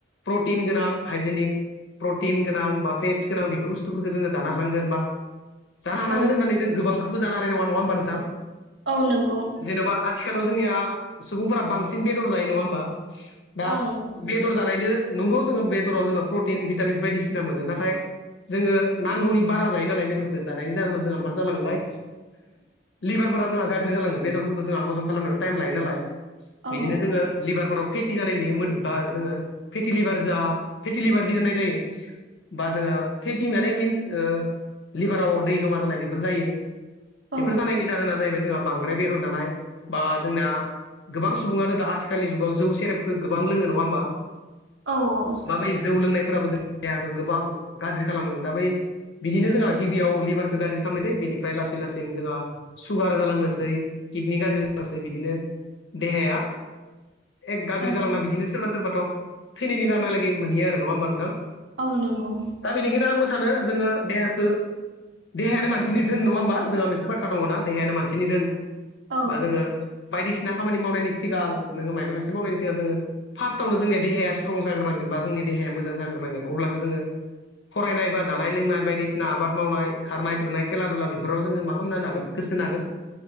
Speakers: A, on the left; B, on the right.
A: प्रटिन गोनां हाइजेनिक प्रटिन गोनां बा फेट्स गोनां बेफोर बुस्थुफोरखौ जोङो जानो हानांगोन बा जानो हानांगोन
B: औ
A: होननानै जों गोबांखौबो जानो हानाय नङा नङा होमबा नोंथां?
B: औ नंगौ ।
A: जेन'बा आथिखालाव जोंनिया सुबुंफोरा बांसिन बेदर जायो नङा होमबा दा
B: औ
A: बेदर जानायदो नंगौ जोङो बेदराव जोङो प्रटिन भिटामिन्स बायदिसिना मोनो नाथाय जोङो नांगौनि बारा जायो नालाय बेदरखौ जानायनि जाहोनाव जोंहा मा जालांलाय लिभारफोरा जोंहा गाज्रि जालाङो बेदरफोरखौ जोंहा हजम खालामनायाव टाइम लायो नालाय
B: औ
A: बिदिनो जोङो लिभारफोराव फेटि जानाय नुयो बा जोङो फेलिभार जा फेटिलिभार जि होननाय जायो । बा जोङो फेटि मे मिन्स लिभाराव दै जमा जानाय बेफोर जायो । बेफोर
B: औ
A: जानायनि जाहोना जाहैबाय जोंहा बांद्राय बेदर जानाय बा जोंना गोबां सुबुङानो दा आथिखालनि जुगाव जौ सेरेबखो गोंबां लोङो नङा होमबा?
B: औ
A: दा बै जौ लोंनायफोराबो जों देहाखौ गोबां गाज्रि खालामो दा बै बिदिनो जोंहा गिबियाव लिभारखौ गाज्रि खालामनोसै बेनिफ्राय लासै लासैनो जोंहा सुगार जालांनोसै किडनि गाज्रि जालांसै बिदिनो देहाया एक गाज्रि
B: औ
A: जालांना बिदिनो सोरबा सोरबाथ' थैनायनि लामायालागै मोनहैयो आरो नङा होमबा नोंथां?
B: औ नंगौ
A: दा बेनिखायनो आंबो सानो जोङो देहाखौ देहायानो मानसिनि धोन नङा होमबा जोंहा मोनसे बाथ्रा दङ ना देहायानो मानसिनि दोन
B: औ
A: बा जोङो बायदिसिना खामानि मावनायनि सिगां नोङो मायबा मोनसे मावनायनि सिगां जोङो फार्स्टआवनो जोंनिया देहाया स्ट्रं जाग्रोनांगोन । बा जोंनि देहाया मोजां ज्रोनांगोन अब्लासो जोङो फरायनाय बा जानाय लोंनाय बायदिसिना आबाद मावनाय खारनाय दुरनाय खेला दुला बेफोराव जोङो मा खालामनो हागोन । गोसो होनो हागोन